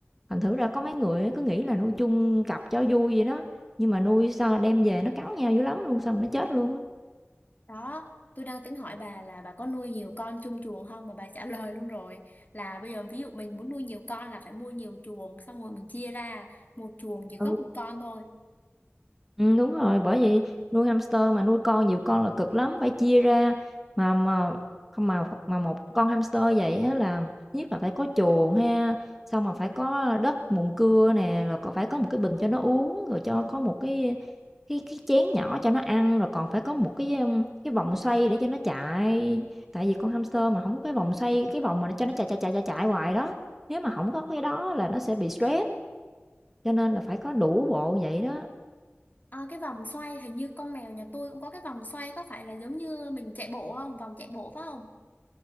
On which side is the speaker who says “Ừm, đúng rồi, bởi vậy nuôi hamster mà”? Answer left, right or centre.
Centre